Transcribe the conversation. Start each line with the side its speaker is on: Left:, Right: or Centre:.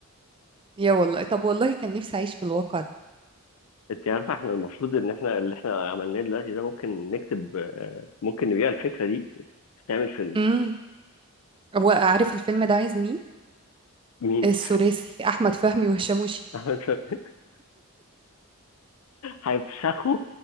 Right: يا والله طب والله كان نفسي اعيش في الواقع ده
Left: انت عارفه احنا المفروض ان احنا اللي احنا عملناه دلوقتي ده ممكن نكتب آه، ممكن نبيع الفكره دي تعمل فيلم
Right: امم هو عارف الفيلم ده عايز مين
Left: مين
Right: الثلاثي احمد فهمي وهشام وشيكو
Left: <laughs> هيفشخوا